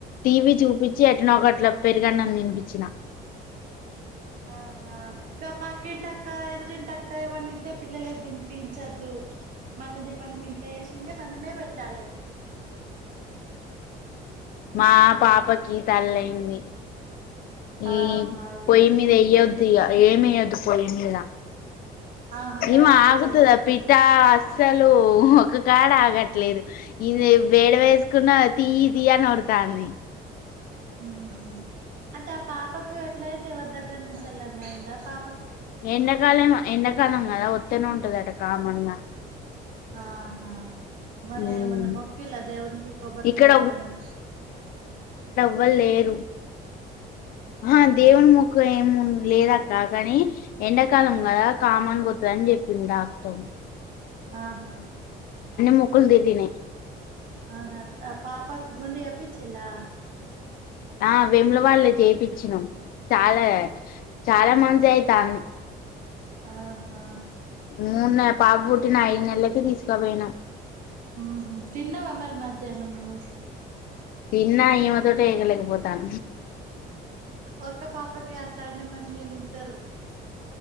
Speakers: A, on the left; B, on the right.
A: టీవీ చూపించి ఎట్నే ఒకట్లా పెరుగన్నం తినిపచ్చిన
B: ఆహా ఇక పక్కింటక్క ఎదిరింటక్క ఏమనితే పిల్లలకి తినిపించద్దు మనది మనం ఇంట్లో వసి మనమే పెట్టాలి
A: మా పాపకి తల్లియింది
B: ఆహా
A: ఈ
B: అయ్యో
A: పోయి మీద వెయ్య అ ఏమియదు పోయి మీద
B: ఆహా
A: నిమా
B: రైటే
A: ఆగుతుదా
B: చెయ్యొద్దు
A: పిఠా అసలు ఒక కాడ ఆగట్లేదు ఇది వేడ వేసుకున్న తీ తీయనిడతాని
B: ఆ అంటే ఆ పాపకు ఎట్లయింది ఎవ దగ్గర నుంచి వెళ్ళ అన్నాయయింద పాప
A: ఎంతకాలం ఎన్న కాలంగాదా ఒత్తనే ఉంటదాట కామన్గా
B: ఆహా మరి
A: ఉమ్
B: మన మొక్కిలా దేవున్కి కొబ్బరికాయ
A: ఇక్కడ
B: కొట్టడం
A: అవ్వలేరు
B: ఆహా
A: ఆ దేవుని ముఖ ఏ లేదక్క కానీ ఎండాకాలం కదా కామన్ కొతుందని చెప్పింది డాక్టో
B: ఆహా
A: మొక్కులు తిరిగినాయి
B: ఆహా పాప గుడి పిచ్చలా
A: ఆ వెముల వాళ్ళే చేపిచినం చాలే చాలా మంత్స్ అయి తాన్ని
B: అ హా
A: మున్నె పాప పుట్టిన ఐదు నెల్లకే తీసుకుపోయిన
B: హ్మ్ హు తిన్నావా మరి మధ్యానం నువ్వు
A: తిన్న ఈమె తోటే ఎగలేక పోతాన
B: ఒక్క పాపకే అట్లన్ అంటే మరి మేం ఇద్దరు